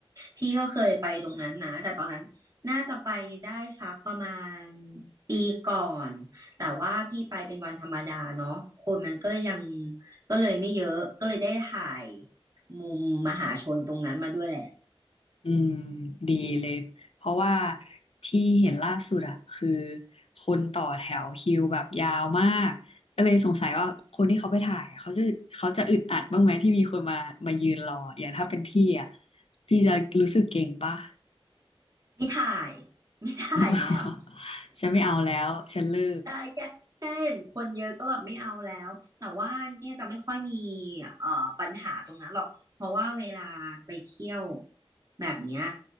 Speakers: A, on the right; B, on the left.
A: พี่ก็เคยไปตรงนั้นนะแต่ตอนนั้นน่าจะไปได้สักประมาณปีก่อนแต่ว่าพี่ไปเป็นวันธรรมดาเนาะคนมันก็ยังก็เลยไม่เยอะก็เลยได้ถ่ายมุมมหาชนตรงนั้นมาด้วยแหละ
B: อืมดีเลยเพราะว่าที่เห็นล่าสุดอะคือคนต่อแถวคิวแบบยาวมากก็เลยสงสัยว่าคนที่เขาไปถ่ายเขาจะเขาจะอึดอัดบ้างไหมที่มีคนมามายืนรออย่างถ้าเป็นพี่อะพี่จะรู้สึกเก่งป่ะ
A: ไม่ถ่ายไม่ถ่ายแล้ว
B: <laughs> ฉันไม่เอาแล้วฉันเลิก
A: ได้แค่แค่เห็นคนเยอะก็แบบไม่เอาแล้วแต่ว่าเนี่ยจะไม่ค่อยมีเอ่อปัญหาตรงนั้นหรอกเพราะว่าเวลาไปเที่ยวแบบเนี้ย